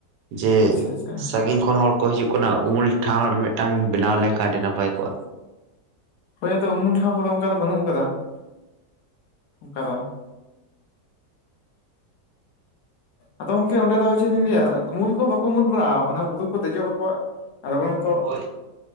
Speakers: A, on the right (about 80°); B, on the left (about 70°).
A: ᱡᱮ
B: ᱟᱪᱪᱷᱟ ᱟᱪᱪᱷᱟ
A: ᱥᱟᱺᱜᱤᱧ ᱠᱷᱚᱱ ᱦᱚᱲ ᱠᱚ ᱦᱤᱡᱩᱜ ᱠᱟᱱᱟ ᱩᱢᱩᱞ ᱴᱷᱟᱶ ᱢᱤᱫᱴᱟᱝ ᱵᱮᱱᱟᱣ ᱞᱮᱱ ᱠᱷᱟᱱ ᱟᱹᱰᱤ ᱱᱟᱯᱟᱭ ᱠᱚᱜᱼᱟ᱾
B: ᱦᱳᱭ ᱟᱫᱚ ᱩᱢᱩᱞ ᱴᱷᱟᱶ ᱠᱚᱫᱚ ᱚᱱᱠᱟ ᱫᱚ ᱵᱟᱹᱱᱩᱜ ᱟᱠᱟᱫᱟ ᱾ ᱚᱱᱠᱟ ᱫᱚ, ᱟᱫᱚ ᱜᱚᱢᱠᱮ ᱚᱸᱰᱮ ᱫᱚ ᱪᱮᱫ ᱤᱧ ᱞᱟᱹᱭᱟ ᱩᱢᱩᱞ ᱠᱚ ᱵᱟᱠᱚ ᱩᱢᱩᱞ ᱵᱟᱲᱟᱜᱼᱟ ᱚᱱᱟ ᱵᱩᱨᱩ ᱠᱚ ᱫᱮᱡᱚᱜ ᱟᱠᱚ ᱾ ᱟᱵᱚ ᱱᱤᱛᱚᱜ
A: ᱦᱳᱭ